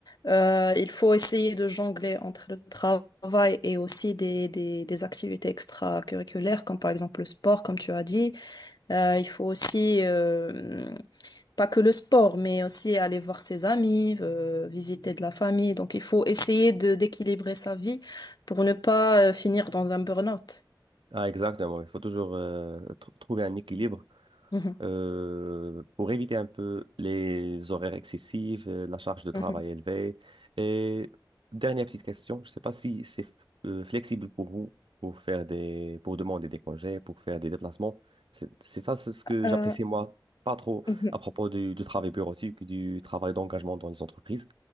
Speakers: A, on the left; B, on the right.
A: Euh, il faut essayer de jongler entre le travail et aussi des, des, des activités extracurriculaires, comme par exemple le sport, comme tu as dit. Euh, il faut aussi, euh, pas que le sport, mais aussi aller voir ses amis, euh, visiter de la famille. Donc, il faut essayer de d'équilibrer sa vie pour ne pas euh, finir dans un burn-out.
B: Ah, exactement. Il faut toujours euh, tr- trouver un équilibre
A: Mhm,
B: euh, pour éviter un peu les horaires excessifs, euh, la charge de travail
A: mhm.
B: élevée. Et dernière petite question, je ne sais pas si c'est euh, flexible pour vous pour faire des, pour demander des congés, pour faire des déplacements. C'est c'est ça, c'est ce que
A: Euh,
B: j'apprécie moi pas trop
A: Mhm,
B: à propos du, du travail bureautique, du travail d'engagement dans les entreprises.